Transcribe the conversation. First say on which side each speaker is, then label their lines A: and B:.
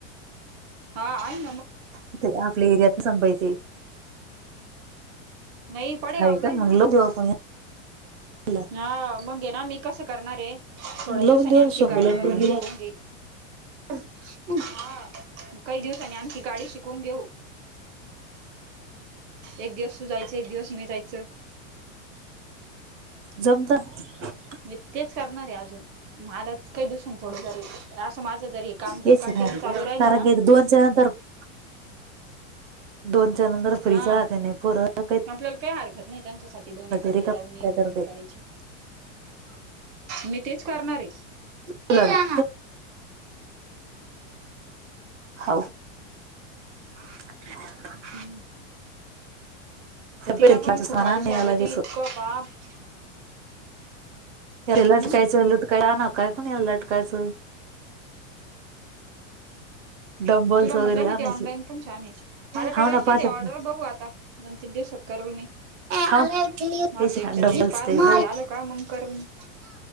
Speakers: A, on the right; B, on the right.
A: हा ऐक
B: इथ आपल्या एरियाच सांगयेच-
A: नाई पडे
B: आहे
A: गावलाआहे
B: का मग
A: ना-
B: लावून देऊ आपण याला
A: हां मग ये ना मी कशे करणारयें थोड
B: लावून
A: दिवसनी
B: देऊ
A: आणखी
B: शंभूला
A: गाडी
B: आणि
A: वगैरे
B: डुगीला
A: शिकवून घेयीन-
B: <inaudible>
A: हां काही दिवसांनी आणखी गाडी शिकवून घेऊ- एक दिवस तू जायचं एक दिवस मी जायचं-
B: जमत <inaudible>
A: मी तेच करणारयें अजून माला काही दिवसन थोडं जरी आसं माझ जरी- काम जर
B: तेच
A: कटीन्यू
B: ना
A: चालू राहिलं
B: कारण
A: नां-
B: की दोनच्या <inaudible> दोन च्या नंतर फ्रीच
A: हा
B: राहतेंनी पोरा <inaudible> कायी-
A: आपल्याला काही हरकत नाही त्यांच्यासाठी दोन एक घंटे
B: रिकामं
A: जाऊन येऊन आन
B: करते
A: करायची- मी तेच करणार आहे-
B: दे चहा <inaudible> <inaudible>
A: हुं- तिला
B: फिरकीच
A: पण खूप
B: म्हणा
A: हाऊस
B: नाही याला
A: अगती
B: वेस
A: इतकं बाप-
B: याला लटकायचं
A: हम्म
B: लटकाय आण ना काय पण या लटकायचं- डंबल्स
A: तुला
B: वगैरे
A: म्हटलं मी
B: आणायचे
A: ते ऑनलाईन पण छान आहे. मला
B: हाव
A: करायच
B: ना पाहतात
A: तेऑर्डर
B: ना
A: बघू आता- दोन तीन दिवसात करवने मी
B: हाव
A: माझं
B: ते शिका
A: एकदा
B: डबल्स
A: ते पार्सल
B: हो
A: येते आल का मग करल. <inaudible>